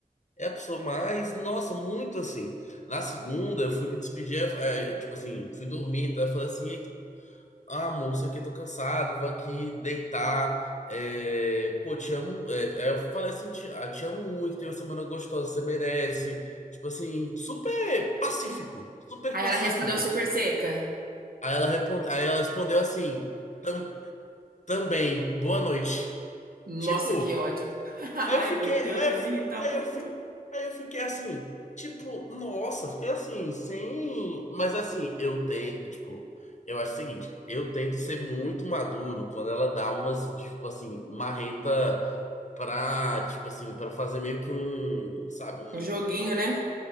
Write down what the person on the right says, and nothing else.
Aí
ela respondeu super seca.
Nossa,
que ódio. <laughs>
Ai,
meu Deus,
eu
ia me
irritar
muito.
Um joguinho, né?